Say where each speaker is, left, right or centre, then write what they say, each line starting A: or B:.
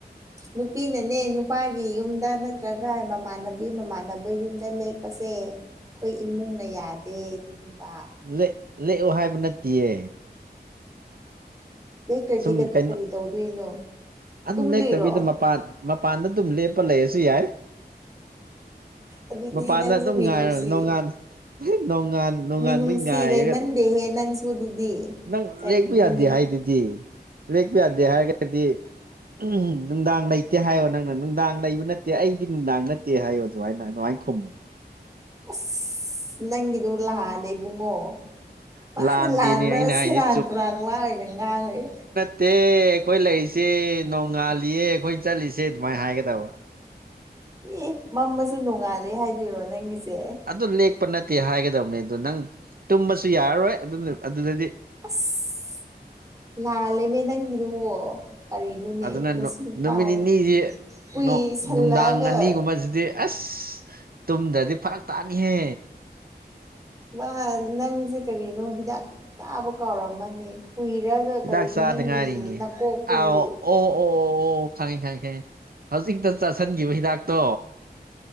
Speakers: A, on the right (about 20°); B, on the right (about 60°).
A: ꯅꯨꯄꯤꯅꯅꯦ ꯅꯨꯄꯥꯒꯤ ꯌꯨꯝꯗ ꯅꯠ ꯇ꯭ꯔꯥꯒ ꯃꯃꯥꯟꯅꯕꯤ ꯃꯃꯥꯟꯅꯕ ꯌꯨꯝꯗ ꯂꯦꯛꯄꯁꯦ ꯑꯩꯈꯣꯏ ꯏꯃꯨꯡꯅ ꯌꯥꯗꯦ ꯑꯗꯨꯒꯨꯝꯕ
B: ꯂꯦꯛ ꯂꯦꯛ ꯑꫭ ꯍꯥꯏꯕ ꯅꯠꯇꯤꯌꯦ
A: ꯂꯦꯛꯇ꯭ꯔꯗꯤ
B: ꯁꯨꯝ ꯀꯩꯅꯣ
A: ꯀꯔꯤ ꯇꯧꯗꯣꯏꯅꯣ
B: ꯑꯗꯨꯝ
A: ꯇꯨꯝꯗꯣꯏꯔꯣ
B: ꯂꯦꯇꯕꯤꯗ ꯃꯄꯥꯟ ꯃꯄꯥꯟꯗ ꯑꯗꯨꯝ ꯂꯦꯞꯄ ꯂꯩꯔꯁꯨ ꯌꯥꯏ
A: ꯑꯗꯨꯗꯤ
B: ꯃꯄꯥꯟꯗ
A: ꯅꯪꯁꯨ
B: ꯑꯗꯨꯝ
A: ꯃꯤꯅꯨꯡꯁꯤ
B: ꯉꯥꯏꯔꯣ ꯅꯣꯡꯉꯥꯟ ꯅꯣꯡꯉꯥꯟ ꯅꯣꯡꯉꯥꯟꯕꯩ
A: ꯃꯤꯅꯨꯡꯁꯤ
B: ꯉꯥꯏꯔꯒ
A: ꯂꯩꯃꯟꯗꯦꯍꯦ ꯅꯪꯁꯨ ꯑꯗꯨꯗꯤ
B: ꯅꯪ
A: ꯀꯔꯤꯅꯣꯅꯦ
B: ꯂꯦꯛꯄ ꯌꯥꯗꯦ ꯍꯥꯏꯗꯨꯗꯤ ꯂꯦꯛꯄ ꯌꯥꯗꯦ ꯍꯥꯏꯔꯒꯗꯤ ꯎꯝ ꯅꯨꯡꯗꯥꯡ ꯂꯩ ꯇꯦ ꯍꯥꯏꯌꯣ ꯅꯪꯅ ꯅꯨꯡꯗꯥꯡ ꯂꯩꯕ ꯅꯠꯇꯦ ꯑꯩꯗꯤ ꯅꯨꯡꯗꯥꯡ ꯅꯠꯇꯦ ꯍꯥꯏꯌꯣ ꯑꯗꯨꯃꯥꯏꯅ ꯑꯗꯨꯃꯥꯏꯅ ꯈꯨꯝꯃꯣ
A: ꯑꯁ ꯅꯪꯒꯤꯗꯨ ꯂꯥꯜꯂꯦ ꯏꯕꯨꯡꯉꯣ ꯃꯥꯅ
B: ꯂꯥꯟꯗꯦꯅꯦ
A: ꯂꯥꯟꯕꯔ
B: ꯑꯩꯅ
A: ꯁꯦꯔꯥꯟ
B: ꯍꯥꯏꯁꯦ
A: ꯇꯨꯔꯥꯟ ꯋꯥ ꯑꯣꯏꯅ ꯉꯥꯡꯉ ꯂꯩ
B: ꯇꯦ ꯑꯈꯣꯏ ꯂꯩꯔꯤꯁꯦ ꯅꯣꯡꯉꯥꯜꯂꯤꯌꯦ ꯑꯈꯣꯏ ꯆꯠꯂꯤꯁꯦ ꯑꯗꯨꯃꯥꯏꯅ ꯍꯥꯏꯒꯗꯕ
A: ꯑꯦ ꯃꯝꯃꯁꯨ ꯅꯣꯡꯉꯥꯜꯂꯦ ꯍꯥꯏꯗꯣꯏꯔꯣ ꯅꯪꯒꯤꯁꯦ
B: ꯑꯗꯨ ꯂꯦꯛꯄ ꯅꯠꯇꯦ ꯍꯥꯏꯒꯗꯕꯅꯤ ꯑꯗꯨ ꯅꯪ ꯇꯨꯝꯕꯁꯨ ꯌꯥꯔꯔꯣꯏ ꯑꯗꯨ ꯑꯗꯨꯗꯗꯤ
A: ꯑꯁ ꯂꯥꯜꯂꯦꯃꯦ ꯅꯪꯒꯤꯗꯨ ꯀꯔꯤ ꯅꯣꯅꯦ
B: ꯑꯗꯨꯅ
A: ꯉꯁꯤ ꯅꯨꯄꯥꯖꯦ
B: ꯅꯨꯃꯤꯠ ꯅꯤꯅꯤꯁꯤ
A: ꯀꯨꯏꯁꯜꯂꯛꯑꯒ
B: ꯅꯨꯡꯗꯥꯡ ꯑꯅꯤꯒꯨꯝꯕꯁꯤꯗꯤ ꯑꯁ ꯇꯨꯝꯗꯗꯤ ꯐꯔꯛ ꯇꯥꯅꯤꯍꯦ
A: ꯋꯥ ꯅꯪꯁꯦ ꯀꯔꯤꯅꯣ ꯍꯤꯗꯥꯛ ꯆꯥꯕ ꯀꯥꯎꯔꯝꯃꯅꯤ ꯀꯨꯏꯔ ꯒ
B: ꯍꯤꯗꯥꯛ
A: ꯀꯔꯤꯅꯣ
B: ꯆꯥꯗ
A: ꯅꯪꯒꯤ
B: ꯉꯥꯏꯔꯤꯅꯦ
A: ꯅꯀꯣꯛꯇꯨꯕꯨ
B: ꯑꯥꯎ ꯑꯣ ꯑꯣ ꯑꯣ ꯈꯪꯉꯤ ꯈꯪꯉꯤ ꯈꯪꯉꯤ ꯍꯧꯖꯤꯛꯇ ꯆꯥꯥꯁꯟꯈꯤꯕ ꯍꯤꯗꯥꯛꯇꯣ